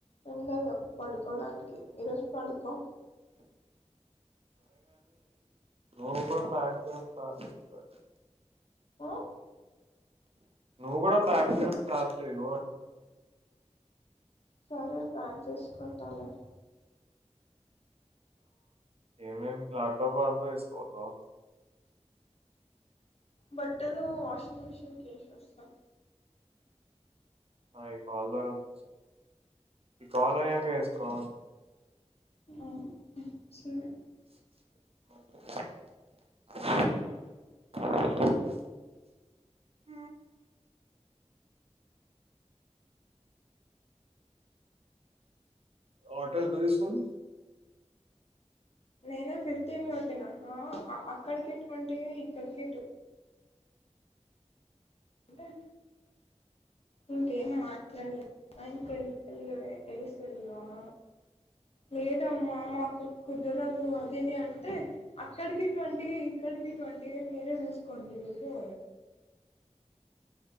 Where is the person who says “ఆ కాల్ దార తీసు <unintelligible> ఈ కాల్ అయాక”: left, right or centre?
Right